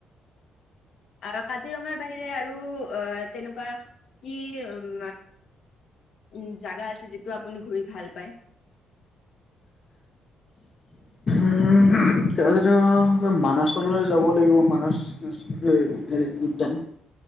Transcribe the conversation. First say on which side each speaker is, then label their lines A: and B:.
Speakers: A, on the left; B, on the left.
A: আহ কাজিৰঙাৰ বাহিৰে আৰু আহ তেনেকুৱা কি উ উ জাগা আছে যিটো আপুনি ঘুৰি ভাল পায়
B: অহ কালিতো মানচলৈ যাব লাগিব মানাছ নেচনেল উদ্যান